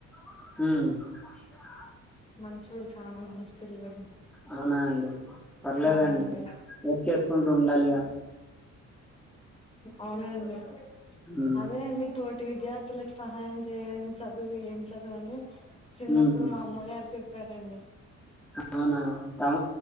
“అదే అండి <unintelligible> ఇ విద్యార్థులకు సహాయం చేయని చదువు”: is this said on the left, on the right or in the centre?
Left